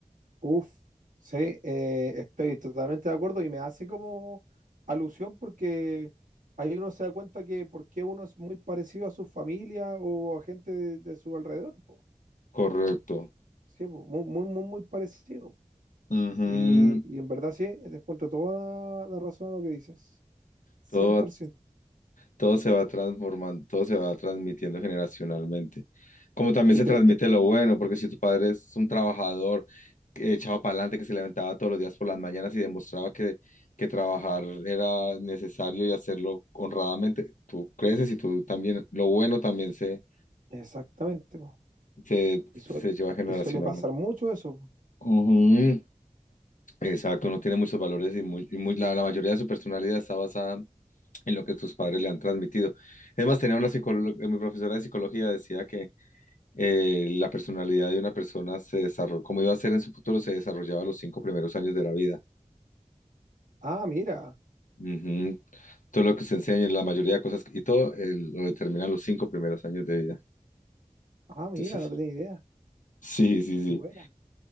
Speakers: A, on the right; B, on the left.
A: Uf, sí, eh, estoy totalmente de acuerdo y me hace como alusión porque ahí uno se da cuenta que por qué uno es muy parecido a su familia o a gente de, de su alrededor, po.
B: Correcto.
A: Sí, po, muy, muy, muy, muy parecido. po.
B: Ujú.
A: Y, y en verdad sí, te encuentro toda la razón a lo que dices, 100%.
B: Todo va- todo se va transformando, todo se va transmitiendo generacionalmente. Como también
A: Y
B: se
A: te-
B: transmite
A: te-
B: lo bueno, porque si tu padre es un trabajador que echado para adelante, que se levantaba todos los días por las mañanas y demostraba que, que trabajar era necesario y hacerlo honradamente, tú creces y tú también, lo bueno también se,
A: exactamente, po.
B: se,
A: Y suele,
B: se lleva generacionalmente.
A: y suele pasar mucho eso. po.
B: Ujú. Exacto, no tiene muchos valores y, muy, y muy- la, la mayoría de su personalidad está basada en lo que sus padres le han transmitido. Es más, tenía una psicóloga, mi profesora de psicología decía que eh, la personalidad de una persona se desarrolla, como iba a ser en su futuro, se desarrollaba los cinco primeros años de la vida.
A: Ah, mira,
B: Ujú. Todo lo que se enseña, la mayoría de cosas, y todo eh, lo determinan los cinco primeros años de vida.
A: ah, mira,
B: Entonces,
A: no tenía idea.
B: sí, sí, sí.
A: Qué buena.